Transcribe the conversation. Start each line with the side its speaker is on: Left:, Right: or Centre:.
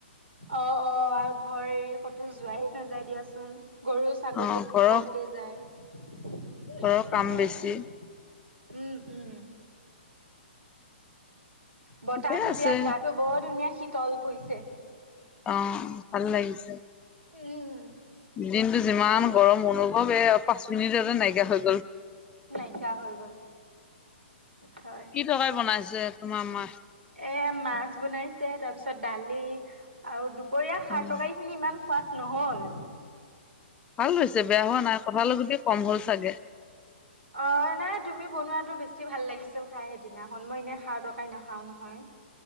Right: অ অ আৰু ঘৰ এৰি কতো যোৱাই নাযায় দিয়াচোন। গৰু, ছাগলীক
Left: অ', ঘৰৰ
Right: কওঁতে যায়।
Left: ঘৰৰ
Right: সেয়াই
Left: কাম বেছি।
Right: আৰু উম উম। বতাহটো
Left: ঠিকে আছে
Right: দিয়াত গাটো বৰ ধুনীয়া শীতল পৰিছে।
Left: অ, ভাল লাগিছে।
Right: উম।
Left: দিনতটো যিমান গৰম অনুভৱ এ পাঁচ মিনিটতে নাইকিয়া হৈ গ'ল।
Right: নাইকিয়া হৈ গল, হয়।
Left: কি তৰকাৰি বনাইছে তোমাৰ মায়ে?
Right: এ মাছ বনাইছে তাৰ পিছত দালি আৰু দুপৰীয়া সাৰ
Left: উম,
Right: তৰকাৰি খিনি ইমান- সোৱাদ নহ'ল।
Left: ভাল হৈছে বেয়া হোৱা নাই কঁঠাল গুটি কম হ'ল চাগে?
Right: অ নাই তুমি বনোৱাতো বেছি ভাল লাগিছিল খাই সেইদিনাখন মই এনেই খা টকাই নাখা- খাওঁ নহয়।